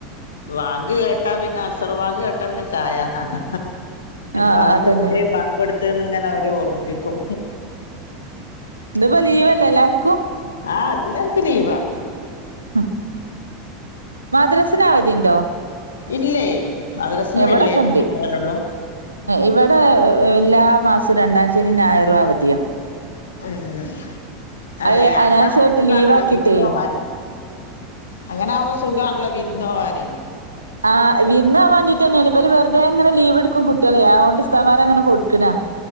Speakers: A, on the left; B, on the right.
A: വാങ്ക് കേട്ട കേട്ടാ പിന്നെ അസറുവാങ്ക് കേട്ടാ പിന്നെ ചായന്നാണ്
B: ആഹ്
A: വാങ്ക്
B: അതന്നെ
A: എടുത്തേ വാങ്ക് കൊടുത്ത് ത്ത്ന്ന് ഇങ്ങനെ അവര് ഓർപ്പിക്കും
B: ഇന്നിപ്പോ ലീവ് അല്ലേ എല്ലാർക്കും
A: ആ എല്ലാർക്കും ലീവാ
B: അഹ് മദ്രസേന് അവധി ഉണ്ടോ
A: ഇല്ലേ മദ്രസിന്
B: എവിടെക്കെ
A: വെള്ളിയാഴ്ച
B: ഉണ്ട്
A: മാത്രല്ലേ ഉള്ളൂ
B: ഇവിടെ എല്ലാ മാസവും രണ്ടാം ശനിയും ഞായറും അവധിയ
A: ഉം അതെ
B: അയ് അനാവശ്യായിട്ട്
A: അതാവുമ്പോൾ സുഖണല്ലോ
B: ലീവാക്കിട്ടേ
A: വിരുന്നോമാന അങ്ങനെ ആകുമ്പോ സുഖാണല്ലോ വിരുന്നോവാന്
B: ആഹ് വിരുന്നാൻ വേണ്ടിട്ട് വന്നിന് ഇവള് വെറുതെ ഇങ്ങനെ ലീവ് എടുക്ക കുട്ടികളെ അത് കൊണ്ട് ഉസ്താദ് മാര് അങ്ങന കൊടുക്കണയ